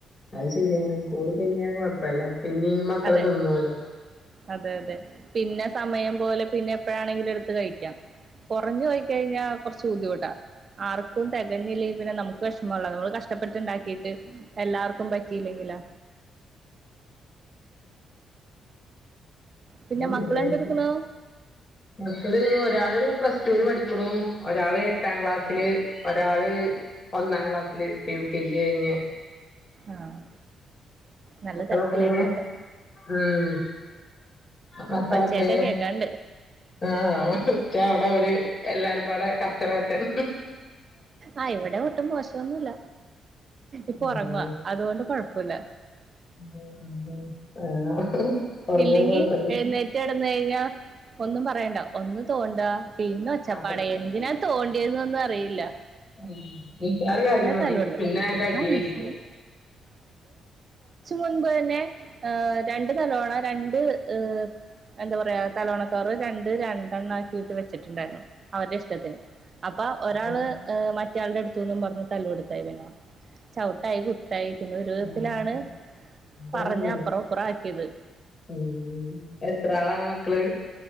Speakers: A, on the left; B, on the right.
A: അത് ശരിയാണ്, കൂടികഴിഞ്ഞാൽ കൊഴപ്പില്ല. പിന്നെയും മക്കള്
B: അതെ
A: തിന്നൂലാ.
B: അതെ അതെ പിന്നെ സമയം പോലെ പിന്നെ എപ്പോഴുയാണെങ്കിലും എടുത്ത് കഴിക്കാം. കൊറഞ്ഞ് പോയികഴിഞ്ഞാൽ കൊറച്ച് ബുദ്ധിമുട്ടാ. ആർക്കും തെകഞ്ഞില്ലേ പിന്നെ നമുക്ക് വിഷമയുള്ളതാ നമ്മള് കഷ്ടപ്പെട്ടുണ്ടാക്കീട്ട്. എല്ലാർക്കും പറ്റീല്ലെങ്കിലോ. പിന്നെ
A: <unintelligible>
B: മക്കളെന്തെടുക്കണു
A: മക്കളെ ഒരാള് പ്ലസ് ടൂവിന് പഠിക്കണു. ഒരാള് എട്ടാക്ലാസില് ഒരാള് ഒന്നാക്ലാസില് യുകെജി കഴിഞ്ഞു.
B: ആഹ് നല്ല
A: മക്കളൊക്കെ
B: തിരക്കിലായിരിക്കും അപ്പൊ
A: ഉം മക്കളൊക്കെ
B: ഒച്ചയൊക്കെ കേക്കാണ്ട്
A: ആഹ് ച്ചേ അവടേ ഒര് എല്ലാരുമ്പാടെ കച്ചറകാട്ടാണ്
B: ആഹ് ഇവിടേം ഒട്ടും മോശവൊന്നില്ല ഇപ്പൊ ഒറങ്ങാ
A: ഉം
B: അതുകൊണ്ട് കൊഴ പ്പുല്ല
A: ആഹ് ഒറങ്ങണ
B: ഇല്ലെങ്കി
A: കൊഴപ്പല്ല
B: എഴുന്നേറ്റ് കെടന്നഴിഞ്ഞ ഒന്നും പറയ ഒന്ന് തോണ്ടാ പിന്നെ ഒച്ചപ്പാടായി
A: അതന്നെ
B: എന്തിനാ തോണ്ട്യെയെന്നൊന്നു അറിയില്ല
A: ഉം നിസ്സാരകാര്യം
B: പിന്നെ
A: മതി
B: തല്ലുപിടുത്തം
A: പിന്നെ ആകെ അടിയായിരിക്കും
B: ആ നഴ്സ മുമ്പ് തന്നെ ഏഹ് രണ്ട് തലോണ രണ്ട് ഏ എന്താ പറിയാ തലോണകവറ് രണ്ട് രണ്ടെണ്ണാക്കീട്ട് വെ ച്ചിണ്ടാര്ന്നു അവര്ടെ ഇഷ്ടത്തിന് അപ്പ ഒരാള്
A: ആഹ്
B: ഏ മ റ്റാൾടെ എടുത്തൂന്നും പറഞ്ഞ് തല്ലോട്തായ് വേനാ ചവിട്ടായ് കുത്തായ് പിന്നൊരുവിധത്തിലാണ്
A: ആഹ് അതാണ്
B: പറഞ്ഞ് അപ്പറോപ്പറോം ആക്കീത്
A: ഉം എത്ര ആളാണ് മക്കള്